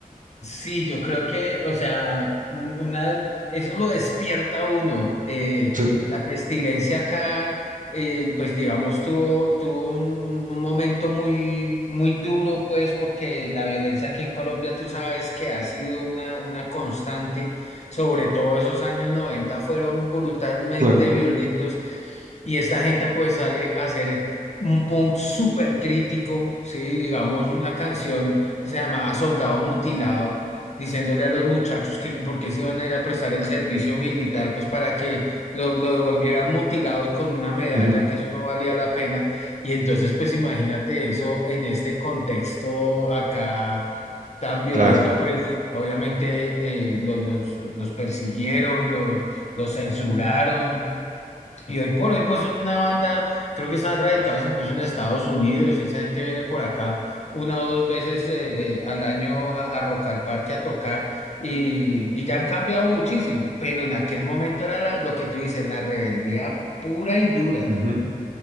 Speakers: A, on the left; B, on the right.
A: Sí, yo creo que, o sea, un- una, eso lo despierta a uno. Eh,
B: Sí,
A: la pestilencia acá, eh, pues digamos, tuvo, tuvo un, un- un momento muy, muy duro, pues, porque la violencia aquí en Colombia, tú sabes que ha sido una, una constante, sobre todo esos años 90 fueron brutalmente
B: claro.
A: violentos y esta gente pues sale a hacer un punk súper crítico, ¿sí? Digamos, una canción que se llamaba Soldado Mutilado, diciéndole a los muchachos que por qué se iban a ir a prestar el servicio militar, pues para que lo, lo devolvieran mutilado y con una medalla,
B: Ujú, ujú,
A: que eso no valía la pena. Y entonces, pues imagínate eso en este contexto acá tan violento,
B: claro.
A: pues obviamente eh, los, los, los persiguieron, los, los censuraron. Y hoy por hoy, pues son una banda, creo que están radicados incluso en Estados Unidos y esa gente viene por acá una o dos veces eh, eh, al año a, a Rock al Parque a tocar y, y ya han cambiado muchísimo, pero en aquel momento era la- lo que tú dices, la rebeldía pura y dura.
B: ujú.